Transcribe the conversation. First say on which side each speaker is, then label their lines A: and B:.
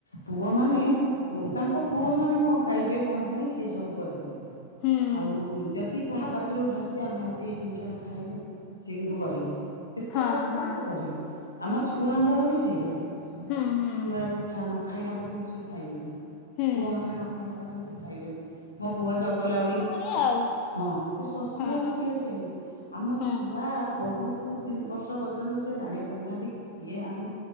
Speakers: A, on the left; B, on the left.
A: ପୁଅ ମାନେ ତାଙ୍କ ପୁଅ ମାନେ କଣ ଖାଇବେ କଣ ନାହିଁ ସିଏ ସବୁ କରିବେ।
B: ହୁଁ,
A: ଆଉ ଯେତିକି କାହା ପାଟିରୁ ବାହାରିଛି ଆମେ ଆଜି ଏଇ ଜିନିଷଟା ଖାଇମୁ ସିଏ କିନ୍ତୁ କରିବେ। ଯେତେ
B: ହଁ,
A: କଷ୍ଟ ହଉ
B: ହଁ,
A: ସେ କରିବେ। ଆମ ଛୁଆଙ୍କର ବି ସେଇଆ ସପସନି।
B: ହୁଁ, ହୁଁ,
A: ଛୁଆ ନ ଖାଇଲା ପର୍ଯ୍ୟନ୍ତ ସେ ଖାଇବେନି
B: ହୁଁ,
A: ପୁଅ ମାନେ ନ ଖାଇଲା ପର୍ଯ୍ୟନ୍ତ ସେ ଖାଇବେନି। ମୋ ପୁଅ ଚଗଲା ବୋଲି
B: ଏ ଆଉ।
A: ହଁ ସେ ଶଶୁର
B: ହଁ,
A: ବି ଥିଲେ ସେମିତି ଆମ
B: ହୁଁ,
A: ଛୁଆ ବହୁତ ଦୁଇ ତିନି ବର୍ଷ ପର୍ଯ୍ୟନ୍ତ ସେ ଜାଣି ପାରନାହାନ୍ତି କିଏ ଆମେ।